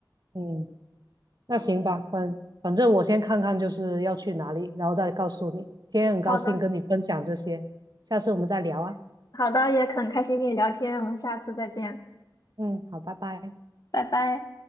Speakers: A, on the right (about 60°); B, on the left (about 50°).
A: 嗯，那行吧，反反正我先看看就是要去哪里，然后再告诉你。今天很高兴跟你分享这些，
B: 好的，
A: 下次我们再聊啊。
B: 好的，也很开心跟你聊天，我们下次再见，
A: 嗯，好，拜拜。
B: 拜拜。